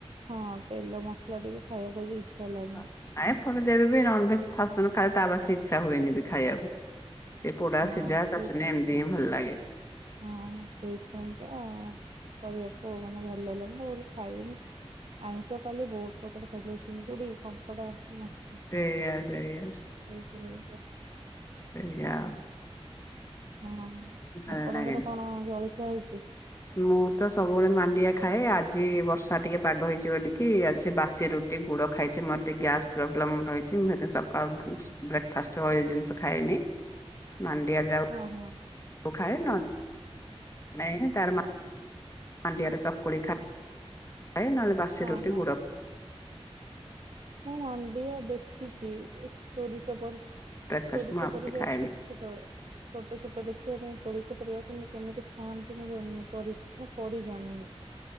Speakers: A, on the right (about 60°); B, on the left (about 25°).
A: ହଁ ତେଲ ମସଲା ଟିକେ ଖାଇବାକୁ ଆଜି ଇଚ୍ଛା ହେଲାନି
B: <unintelligible> ନନଭେଜ ଫାଷ୍ଟ ତମେ ଖାଇବ ତାପରେ ସିଏ ଇଚ୍ଛା ହୁଏନି ବି ଖାଇବାକୁ। ସେ ପୋଡା
A: ହଁ
B: ସିଝା
A: ସେ
B: ଚଟଣି ଏମତି ହିଁ ଭଲ ଲାଗେ।
A: ହଁ ସେଇଥପାଇଁ କା କରିବାକୁ ଆଉ ମାନେ ଭଲ ଲାଗିଲାନି ମୁଁ କହିଲି ଖାଇବିନି। ଆଇଁଷ କଲେ ବହୁତ ପ୍ରକାର ଏଯୋଉ ଚିଙ୍ଗୁଡି କଙ୍କଡା ମା <unintelligible>
B: ସେଇଆ ସେଇଆ ଏଇଆ।
A: ହଁ
B: ଭଲ
A: ଆପଣଙ୍କର
B: ଲାଗେନି
A: କଣ ଜଳଖିଆ ହେଇଛି
B: ମୁଁ ତ ସବୁବେଳେ ମାଣ୍ଡିଆ ଖାଏ, ଆଜି ବର୍ଷା ଟିକେ ପାଗ ହେଇଚି ବୋଲିକି ଆଜି ସେ ବାସି ରୁଟି ଗୁଡ ଖାଇଚି। ମୋର ଟିକେ ଗ୍ୟାସ ପ୍ରୋବ ଲେମ୍ ରହିଚି। ମୁଁ ସେଥିପାଇଁ ସକାଳୁ ବ୍ରେକଫାଷ୍ଟ ଅ ଏ ଜିନିଷ ଖାଇବି। ମାଣ୍ଡିଆ ଯାଉ
A: ହଁ ହଁ
B: କୁ ଖାଏ, ନହେଲେ ନାଇ ତାର ମା ମାଣ୍ଡିଆର ଚକୁଳି ଖାଏ। ଖାଏ ନହେଲେ ବାସି
A: ହଁ
B: ରୁଟି,
A: ହଁ
B: ଗୁଡ଼।
A: ମୁଁ ମାଣ୍ଡିଆ ଦେଖିଚି ଏ ସୋରିଷ ପରି।
B: ବ୍ରେକଫାଷ୍ଟ
A: ସୋରିଷ
B: ମୁଁ ଆଉ କିଛି
A: ପରିକା
B: ଖାଏନି
A: ଛୋଟ ଛୋଟ, ଛୋଟ ଛୋଟ ଦେଖିବା ପାଇଁ ସୋରିଷ ପରିକା କେମି କେମିତି ଖାଆନ୍ତି ମୁଁ ଜାଣନି କରି ସିକି। କରି ଜାଣିନି